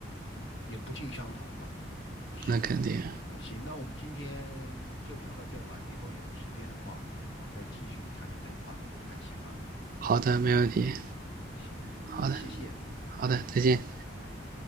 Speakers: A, on the left; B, on the right.
A: 也不尽相同吧。行，
B: 那肯定，
A: 那行，那我们今天就聊到这儿吧。以后有时间的话，我们再继续谈论这个话题，你看行吗？
B: 好的，没问题，
A: 行，
B: 好的，
A: 那谢谢，
B: 好的，再见。
A: 拜拜。